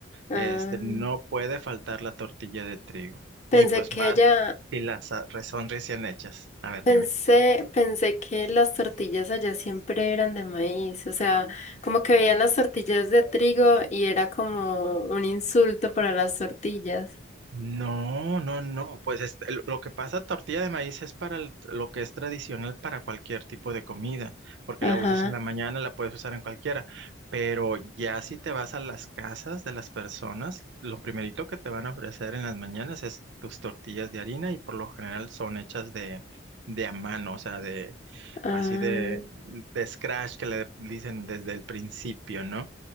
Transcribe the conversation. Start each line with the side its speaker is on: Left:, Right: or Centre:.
Left: ah.
Right: Este, no puede faltar la tortilla de trigo.
Left: Pensé
Right: Y pues
Left: que
Right: más
Left: allá,
Right: si las ah, re- son recién hechas. A ver,
Left: pensé,
Right: dime.
Left: pensé que las tortillas allá siempre eran de maíz, o sea, como que veían las tortillas de trigo y era como un insulto para las tortillas.
Right: No, no, no. Pues este, lo lo que pasa, tortilla de maíz es para el- lo que es tradicional para cualquier tipo de comida, porque
Left: Ajá,
Right: la usas en la mañana, la puedes usar en cualquiera. Pero ya si te vas a las casas de las personas, lo primerito que te van a ofrecer en las mañanas es tus tortillas de harina y por lo general son hechas de, de a mano, o sea, de
Left: ah,
Right: así de, de scratch que le dicen desde el principio, ¿no?